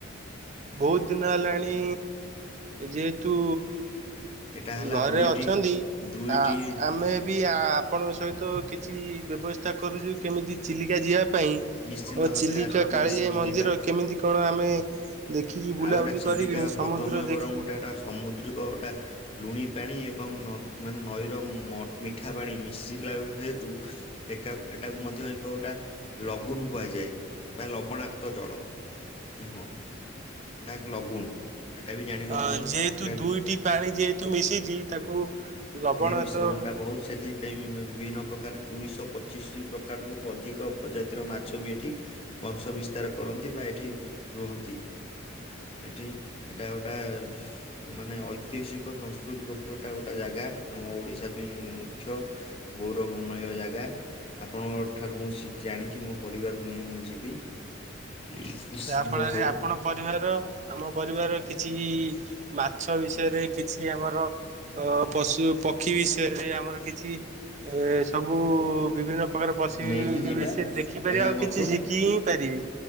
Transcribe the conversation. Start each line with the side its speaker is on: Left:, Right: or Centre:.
Right: ବହୁତ ଦିନ ହେଲାଣି ଯେହେତୁ-
Left: ଏଟା ହେଲା
Right: ଘରେ
Left: ଦୁଇଟି
Right: ଅଛନ୍ତି
Left: ଦୁଇଟି
Right: ଆ ଆମେ ବି- ଆପଣଙ୍କ ସହିତ କିଛି ବ୍ୟବସ୍ଥା କରୁଛୁ କେମିତି ଚିଲିକା ଯିବା - ପାଈଁ
Left: ନିଶ୍ଚିନ୍ତ
Right: ଓ
Left: ଭାବେ
Right: ଚିଲିକା
Left: ଆସନ୍ତୁ
Right: କାଳିଯାଇମନ୍ଦିର
Left: ମିଶିକି ଯିବା
Right: କେମିତି କଣ ଆମେ- ଦେଖିକି ବୁଲାବୁଲି
Left: ଆଉ ଗୋଟେ ଚିଲିକା
Right: କରିକିଣି ସମୁଦ୍ର
Left: ହ୍ରଦ ନୁହେଁ ବରଂ
Right: ଦେଖିକି
Left: ଗୋଟେ ଗୋଟା ସାମୁଦ୍ରିକ ଗୋଟେ ଲୁଣି ପାଣି ଏ- ଏବଂ ମାନେ ନଈର ମିଠା ପାଣି ମିଶିଲା ହେତୁ ଏକା- ଏଇଟାକୁ ମଧ୍ୟ ଏକ ଗୋଟା ଲଗୁନ କୁହାଯାଏ ବା ଲବଣାକ୍ତ ଜଳ। ଉ ହଁ ଏହା ଏକ ଲଗୁନ। ଏଟା ବି ଜାଣି ରଖନ୍ତୁ
Right: ଅ ଯେହେତୁ
Left: ଏଟା ବି
Right: ଦୁଇଟି ପାଣି ଯେହେତୁ ମିଶିଛି ତାକୁ ଲବଣତ-
Left: ଏହି ମିଶ୍ରଣ ଟା ବହୁତ ସେଠି ପାଇଁ ବିଭିନ୍ନ ପ୍ରକାର ଦୁଇଶହ ପଚିଶି ପ୍ରକାର ରୁ ଅଧିକ ପ୍ରଜାତିର ମାଛ ବି ଏଠି ବଂଶ ବିସ୍ତାର କରନ୍ତି ବା ଏଠି ରୁହନ୍ତି। ଏଠି ଏଟା ଗୋଟା ମାନେ ଐତିହାସିକ ସଂସ୍କୃତିକ ଉପ ଏଟା ଗୋଟେ ଜାଗା। ଆମ ଓଡିଶା ପାଇଁ ମୁଖ୍ୟ ଗୌରବମୟ ଜାଗା ଆପଣଙ୍କ ଠାରୁ ମୁଁ ଶିକ୍ଷି- ଜାଣିକି ମୋ ପରିବାରକୁ ନେଇ ମୁଁ ଯିବି। ନିଶ୍ଚିନ୍ତ
Right: ଯାହା ଫଳରେ
Left: ଭାବରେ।
Right: ଆପଣ ପରିବାର ଆମ ପରିବାର କିଛି ମାଛ ବିଷୟରେ କିଛି ଆମର ଅ ପଶୁ ପକ୍ଷୀ ବିଷୟରେ ଆମର କିଛି ଏ ସବୁ ବିଭିନ୍ନ ପ୍ରକାର ପଶି
Left: ନେଇକି ଯିବା।
Right: ବି ସେ ଦେଖିପାରିବେ
Left: ଆଜ୍ଞା
Right: ଆଉ
Left: ବନ୍ଧୁ
Right: କିଛି ଶିଖି ହିଁ ପାରିବେ।